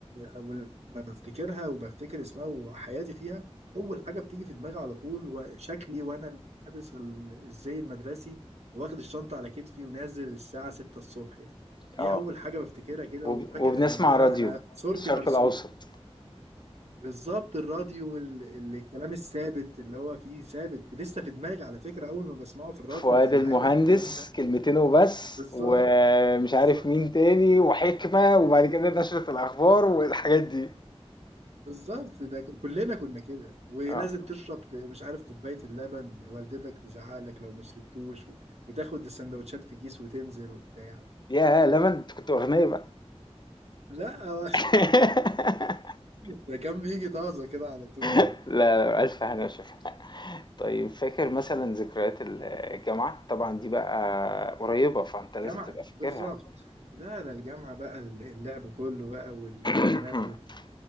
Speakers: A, on the right; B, on the left.
A: اول ما بفتكرها وبفتكر اسمها وحياتي فيها اول حاجه بتيجي في دماغي على طول وشكلي وانا لابس ال- الزي المدرسي واخد الشنطه على كتفي ونازل الساعه 6 الصبح يعني دي
B: آه،
A: اول حاجه بفتكرها كده
B: وب
A: وفاكر
B: وبنسمع
A: انا يعني انا
B: راديو
A: انا صورتي
B: الشرق
A: مرسوم
B: الأوسط،
A: بالظبط الراديو والكلام الثابت اللي هو فيه ثابت لسه في دماغي على فكره اول ما بسمعه في الراديو
B: فؤاد
A: انا
B: المهندس
A: عارف الكلام ده
B: كلمتين وبس،
A: بالظبط
B: ومش
A: بالظبط
B: عارف مين تاني، وحكمة، وبعد كده نشرة الأخبار والحاجات دي،
A: بالظبط ده ك- كلنا كنا كده ولازم
B: آه،
A: تشرب ك- مش عارف كوباية اللبن والدتك تزعلك لو ما شربتوش و- وتاخد السندوتشات في كيس وتنزل وبتاع
B: ياه! لمن أنتِ كنتم أغنيا بقى.
A: لا هو
B: <laughs>
A: <laughs> ده كان بيجي طازة كده على طول يعني
B: لا، لا، ألف هنا وشفا. طيب فاكر مثلا ذكريات ال- الجامعة؟ طبعا دي بقى قريبة فانت لازم
A: جامعة
B: تبقى فاكرها
A: بالظبط لا ده الجامعة بقى ال- اللعب كله بقى وال-
B: <clears throat>
A: والنا-